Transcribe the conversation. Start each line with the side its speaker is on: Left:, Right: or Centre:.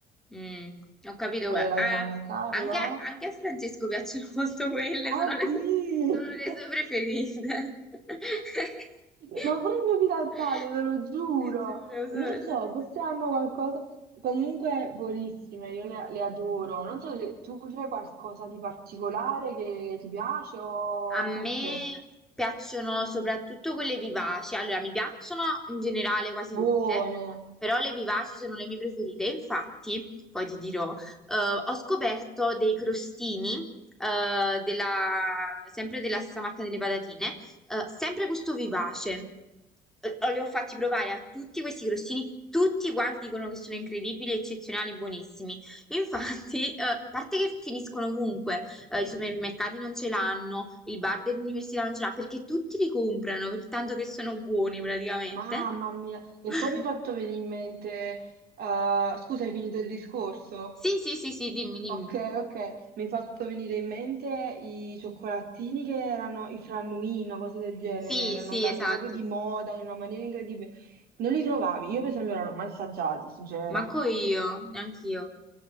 Centre: Mm, ho capito.
Right: quelle
Centre: Eh,
Right: della San Carlo.
Centre: anche, anche a Francesco piacciono <laughs> molto quelle,
Right: Ah
Centre: sono le
Right: sì!
Centre: sue, sono le
Right: <laughs>
Centre: sue preferite. <laughs>
Right: Ma pure il mio fidanzato, te lo giuro.
Centre: Ti giuro, sono,
Right: Non
Centre: sono le
Right: so, forse
Centre: sue preferite.
Right: hanno qualcosa. Comunque, buonissime, io le, le adoro. Non so se tu c'è qualcosa di particolare che ti piace o
Centre: A me
Right: tutte
Centre: piacciono soprattutto quelle vivaci, allora mi piacciono in generale quasi
Right: buone.
Centre: tutte, però le vivaci sono le mie preferite. Infatti, poi ti dirò, eh, ho scoperto dei crostini, eh, della- sempre della stessa marca delle patatine, eh, sempre gusto vivace. Eh, Li ho fatti provare a tutti questi crostini, tutti quanti dicono che sono incredibili, eccezionali, buonissimi. Infatti, eh, a parte che finiscono ovunque eh, i supermercati non ce l'hanno, il bar dell'università non ce l'ha, perché tutti li comprano, per tanto che sono buoni praticamente.
Right: Mamma mia. E
Centre: <laughs>
Right: poi mi hai fatto venire in mente. eh, scusa, hai finito il discorso?
Centre: Sì, sì, sì, sì, dimmi, dimmi.
Right: Ok, ok, mi hai fatto venire in mente i cioccolatini che erano i frannuino, cose del genere,
Centre: Sì,
Right: erano
Centre: sì,
Right: andati
Centre: esatto.
Right: proprio di moda in una maniera incredibile. Non li trovavi, io per esempio non l'ho mai assaggiati, sincera.
Centre: Manco io, neanche io.